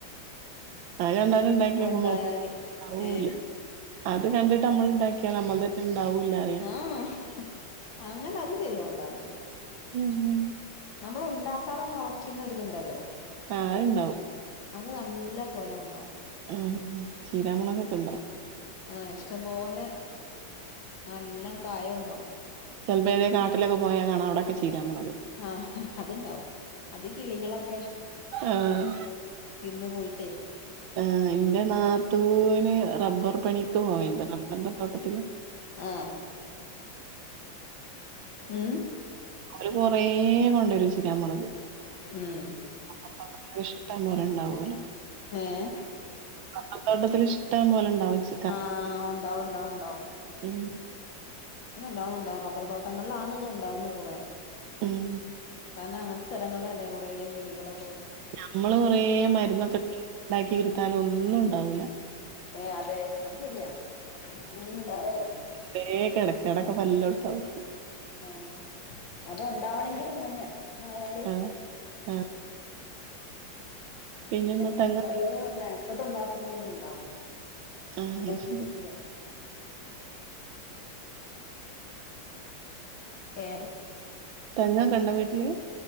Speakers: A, on the right; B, on the left.
A: അത് കണ്ടാണ്ട് ഇണ്ടാക്കിയോക്കുമ്പോ
B: ഉണ്ടായാല്
A: ഇണ്ടാവൂല്ല.
B: ഏഹ്
A: അത് കണ്ടിട്ട് നമ്മള് ഇണ്ടാക്കിയ നമ്മൾതൊട്ട് ഇണ്ടാവൂല്ലാറയ.
B: ആഹ് അങ്ങനെ അത് ശരിയ ഓണ്ടാവത്തില്ല
A: ഉം
B: നമ്മള് ഉണ്ടാക്കാതെ മൊളയ്ക്കിന്ന ഒരുതുണ്ടല്ലോ
A: ആഹ് അത്ണ്ടാവും
B: അത് നല്ല പോലെ ഒണ്ടാവും
A: ഉം ചീരാമൊളകൊക്കെ ണ്ടാവും
B: ആഹ് ഇഷ്ട്ടം പോലെ നല്ലോം കായ ഉണ്ടാവും
A: ചെല്പ്പോ ഇങ്ങനെ കാട്ടിലൊക്കെ പോയക്കാണ അവടെക്കെ ചീരാമൊളക്
B: ആഹ് അത്ണ്ടാവും അത് കിളികളൊക്കെ
A: ആഹ്
B: തിന്ന് പോയിട്ടേയ്
A: ആഹ് ന്റെ നാത്തൂന് റബ്ബർ പണിക്ക് പോയിണ്ട് റബ്ബർന്റെ തോട്ടത്തില്
B: ആഹ് ഉം
A: ഓല് കൊറേ കൊണ്ടരും ചിരാ മൊളക്
B: ഉം
A: റബ്ബർ തോട്ടത്തിൽ ഇഷ്ടം പോലെ ഉണ്ടാവോലോ
B: ഏഹ്
A: ബ്ബർത്തോട്ടത്തില് ഇഷ്ടം പോലെണ്ടാവും ചെ
B: ആഹ് ഒണ്ടാവും ഒണ്ടാവും ണ്ടാവും
A: ഉം
B: അത് നല്ലോണം ഉണ്ടാവും റബ്ബർ തോട്ടങ്ങൾലാണ് ഇത് ഉണ്ടാവുന്നത് കൊറെ
A: ഉം
B: കാരണം അങ്ങൻത്തെ സ്ഥലങ്ങൾലല്ലേ കോറേ കിളികളൊ
A: നമ്മള് കൊറെ മര്ന്നൊക്കെ ഉണ്ടാക്കിട്ത്താലും ഒന്നും ഉണ്ടാവുല
B: ഏഹ് അതെ അത് ശെരിയാ അങ്ങനെന്നും ഇണ്ടാവുല
A: തേ കെടെ കെടൊക്ക് വല്ലോം ണ്ടാവും
B: ആഹ് അത് ഓണ്ടാവണെങ്കിൽ ങ്ങനെയാ നെ ആയാൽ
A: ആഹ് ആഹ് പിന്നെന്താ
B: <unintelligible>
A: തെങ്ങ്
B: മേനേക്കട്ട് ണ്ടാക്കുന്നൊന്നും ഉണ്ടാവുല്ല
A: ആഹ്
B: <unintelligible>
A: ശരി
B: ഏഹ്
A: തെങ്ങകെ ഇണ്ടോ വീട്ടില്